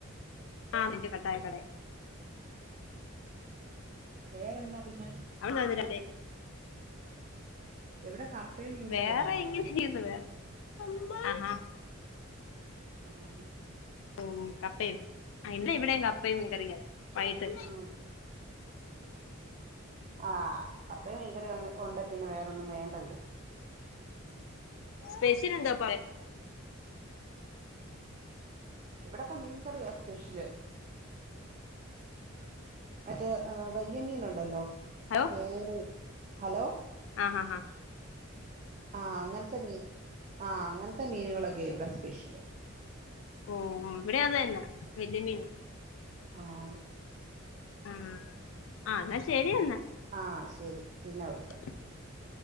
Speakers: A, on the left; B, on the right.
A: ആഹ് നിന്റെ കട്ടായക്കട
B: വേറെന്താ പിന്നെ
A: അവള് <unintelligible> അല്ലേ
B: എവിടെ കപ്പയും മീൻകറിയായിരുന്നു
A: വേറെ എങ്ങനെ
B: രാവിലെ
A: ചെയുന്നു വേറെ അഹ് ആഹ്
B: ആഹ്
A: ഓഹ് കപ്പയുംആഹ് ഇന്ന് ഇവിടെ കപ്പയും മീൻ കറിയും ആയിരുന്നു വൈകീട്ട്
B: ഉം ആഹ് കപ്പയും മീൻകറിയും ഉണ്ട് പിന്നെ വേറൊന്നും വേണ്ടല്ലോ
A: സ്പെഷ്യൽ എന്താ പറയ്
B: ഇവടെപ്പ മീൻകറിയാ സ്പെഷ്യല് മറ്റേ ആഹ് വല്യ മീന് ഉണ്ടല്ലോ
A: ഹലോ
B: ഉം ഹലോ
A: ആഹ് ഹാ ഹ
B: ആഹ് അങ്ങൻത്തെ മീൻ ആഹ് അങ്ങൻത്തെ മീനുകളൊക്കെ ഇവിടെ സ്പെഷ്യല്
A: ഓഹ് ഇവിടെ അതന്നെ വല്യ മീനാ
B: ആഹ്
A: ഉം ആഹ് എന്നാ ശരിയന്നാ
B: ആഹ് ശരി പിന്നെ വിളിക്കാം
A: ഉ <unintelligible>